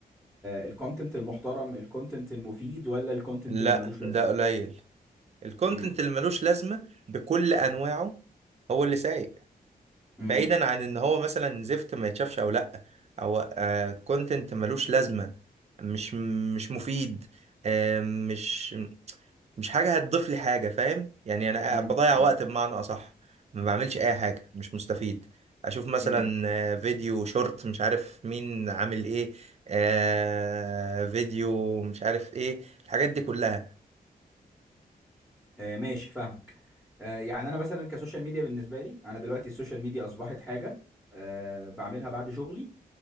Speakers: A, in the centre; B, on the right.
A: الكونتنت المحترم الكونتنت المفيد ولا الكونتنت
B: لا
A: اللي ملوش لازمه
B: ده قليل الكونتنت
A: امم
B: اللي ملوش لازمة بكل انواعه هو اللي سايق
A: امم
B: بعيدا عن ان هو مثلا زفت ما يتشافش او لا او آه كونتنت ملوش لازمه مش مش مفيد آه، مش مش حاجه هتضيف لي حاجه فاهم يعني انا
A: امم
B: آه، بضيع
A: امم
B: وقت بمعنى اصح ما بعملش اي حاجه مش مستفيد اشوف مثلا
A: امم
B: آه، فيديو شورت مش عارف مين عامل ايه آه، فيديو مش عارف ايه الحاجات دي كلها
A: آه ماشي فاهمك آه يعني انا مثلا كسوشيال ميديا بالنسبه لي انا دلوقتي السوشيال ميديا اصبحت حاجه آه بعملها بعد شغلي